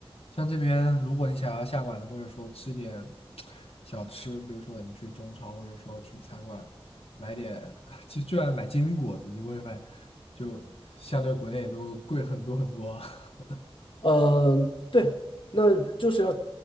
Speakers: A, on the left; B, on the left.
A: 像这边，如果你想要下馆子，或者说吃点小吃，比如说你去中超，或者说去餐馆买点，<laughs> 就就算买煎饼果子，你会发现就相对国内都贵很多很多。<laughs>
B: 呃，对，那就是要